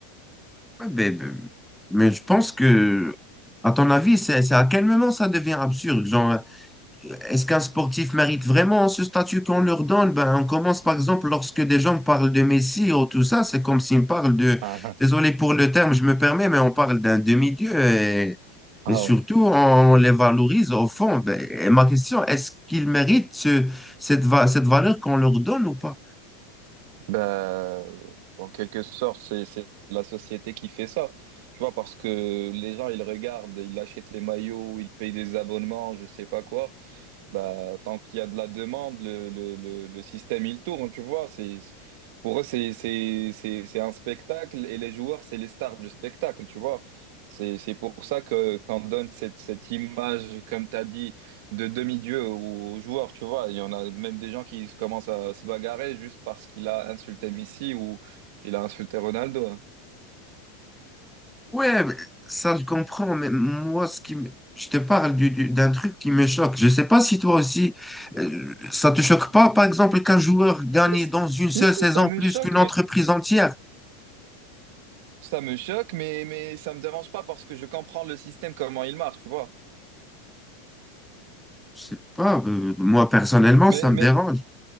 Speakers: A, in the centre; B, on the right.
A: Ouais, ben, ben, mais, je pense que, à ton avis, c'est c'est à quel moment ça devient absurde? Genre, Est-ce qu'un sportif mérite vraiment ce statut qu'on leur donne? Ben, on commence par exemple lorsque des gens parlent de Messi ou tout ça, c'est comme s'ils me parlent de,
B: <laughs>
A: désolé pour le terme, je me permets, mais on parle d'un demi-dieu et,
B: Ah,
A: et surtout
B: ah
A: on les valorise au fond. Ben, et ma question, est-ce qu'ils méritent ce- cette, va- cette valeur qu'on leur donne ou pas?
B: Bah, en quelque sorte, c'est, c'est la société qui fait ça. Tu vois, parce que les gens, ils regardent, ils achètent les maillots, ils payent des abonnements, je sais pas quoi. Bah, tant qu'il y a de la demande, le, le, le, le système, il tourne, tu vois. C'est, pour eux, c'est, c'est, c'est, c'est un spectacle et les joueurs, c'est les stars du spectacle, tu vois. C'est, c'est pour ça que qu'on donne cette, cette image, comme tu as dit de demi-dieu aux, joueurs, tu vois. Il y en a même des gens qui se commencent à se bagarrer juste parce qu'il a insulté Messi ou il a insulté Ronaldo. hein.
A: Ouais, mais ça je comprends, mais moi, ce qui me- je te parle du- du- d'un truc qui me choque. Je sais pas si toi aussi, euh, ça te choque pas, par exemple, qu'un joueur gagne
B: Si,
A: dans une seule
B: si, si,
A: saison
B: ça me
A: plus
B: choque,
A: qu'une entreprise
B: mais
A: entière.
B: ça me choque, mais, mais ça me dérange pas parce que je comprends le système, comment il marche, tu vois.
A: Je sais pas, euh, moi personnellement,
B: Mais,
A: ça me
B: mais,
A: dérange.